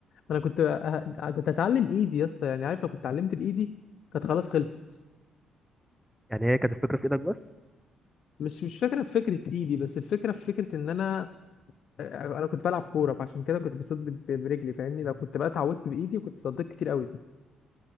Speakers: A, on the left; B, in the centre.
A: انا كنت أه... كنت هتعلم ايدي يا اسطى يعني عارف لو كنت اتعلمت بايدي كانت خلاص خلصت
B: يعني هي كانت الفكره في ايدك بس
A: مش مش فكره في فكره ايدي بس الفكره في فكره ان انا انا كنت بلعب كوره فعشان كده كنت بصد ب- برجلي فاهمني لو كنت بقى اتعودت بايدي كنت صديت كتير قوي